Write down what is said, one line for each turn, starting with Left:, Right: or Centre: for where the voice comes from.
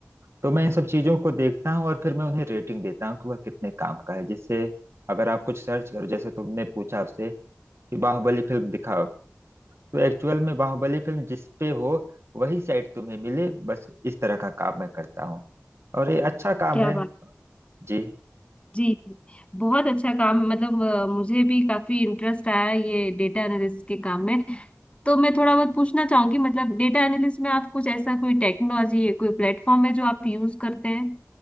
Right: तो मैं इन सब चीजों को देखता हूँ और फिर मैं उन्हें रेटिंग देता हूँ कि वह कितने काम का है जिससे अगर आप कुछ सर्च करो जैसे तुमने पूछा उससे कि बाहुबली फिल्म दिखाओ तो एक्चुअल में बाहुबली फिल्म जिस पे हो वही साइट तुम्हें मिले बस इस तरह का काम मैं करता हूँ और ये अच्छा काम
Left: क्या
Right: है
Left: बात
Right: जी
Left: जी जी। बहुत अच्छा काम मतलब अ, मुझे भी काफी इंटरेस्ट आया है ये डेटा एनालिस्ट के काम में तो मैं थोड़ा बहुत पूछना चाहूंगी मतलब डेटा एनालिस्ट में आप कुछ ऐसा कोई टेक्नोलॉजी है कोई प्लेटफॉर्म है जो आप यूज करते हैं